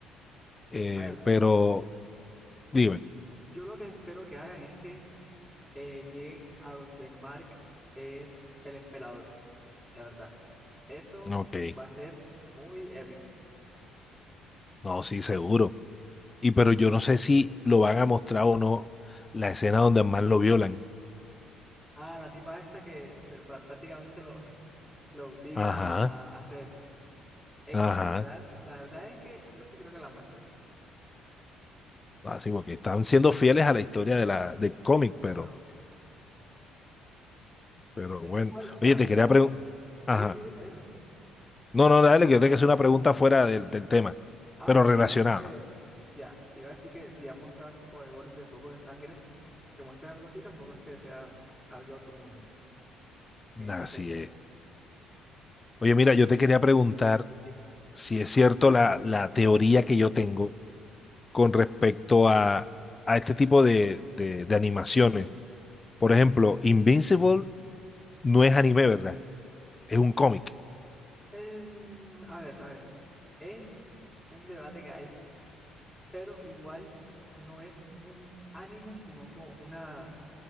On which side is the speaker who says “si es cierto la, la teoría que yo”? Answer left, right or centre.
Left